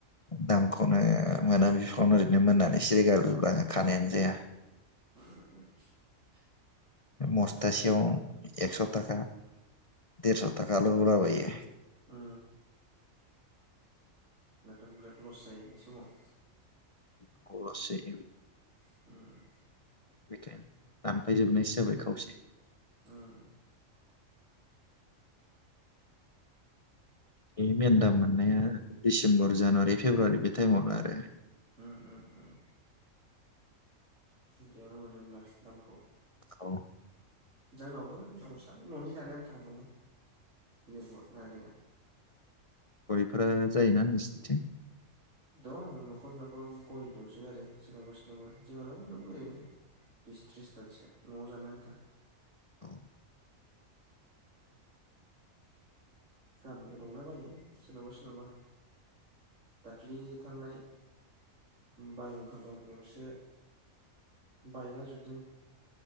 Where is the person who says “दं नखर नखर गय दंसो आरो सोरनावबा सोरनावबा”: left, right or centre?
Right